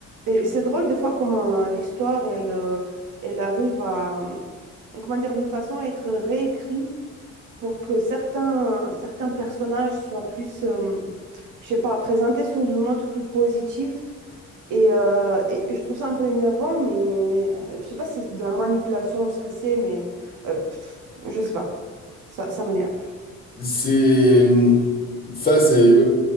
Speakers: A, on the right (about 80°); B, on the left (about 30°).
A: Et c'est drôle des fois comment euh, l'histoire, elle, euh, elle arrive à, euh, comment dire, d'une façon à être réécrite pour que certains, certains personnages soient plus, euh, je sais pas, présentés sous une autre plus positif. Et, euh, et- et je trouve ça un peu énervant, mais euh, je sais pas si c'est de la manipulation, ce que c'est, mais euh, pff, je sais pas. Ça, ça m'énerve.
B: C'est hum, ça, c'est ouais.